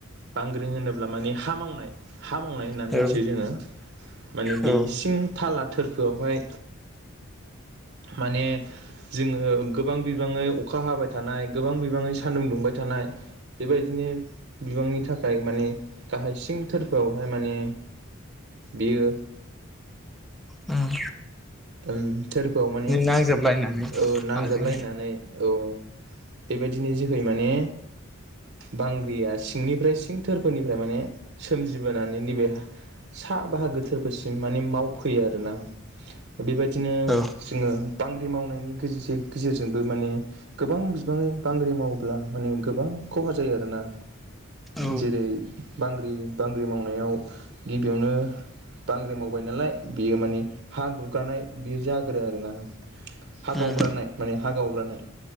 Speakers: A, on the right; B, in the centre.
A: बांग्रिं होनोब्ला माने हा मावनाय। हा मावनाय होनना मिथियो
B: औ
A: जोङो। माने बे
B: औ
A: सिं थाला थोरफोवावहाय माने जोङो गोबां बि बाङै अखा हाबाय थानाय गोबां बि बाङै सानदुं दुंबाय थानाय बेबायदिनो बिबांनि थाखाय माने गाहाय सिं थोरफोवावहाय माने बेयो
B: उम।
A: ओ थोरफोवाव माने
B: नांजाबलायनानै
A: ओ नांजाबलायनानै
B: हाजों
A: औ बेबायदिनि जोहै माने बांग्रिया सिंनिफ्राय सिं थोरफोनिफ्राय माने सोमजिबोनानै नैबे सा बाहागो थोरफोरसिम माने मावफैयो आरो। <inaudible> बेबायदिनो
B: औ
A: जोङो बांग्रि मावनायनि <inaudible> गेजेरजोंबो माने गोबां बिबाङै बांग्रि मावोब्ला माने गोबां खहा जायो आरोना।
B: उम
A: जेरै बांग्रि बांग्रि मावनायाव गिबियावनो बांग्रिं मावबाय नालाय बेयो माने हा गु गानाय बेयो जागोरो आरोना। हा
B: औ
A: गावब्रानाय माने। हा गावब्रानाय।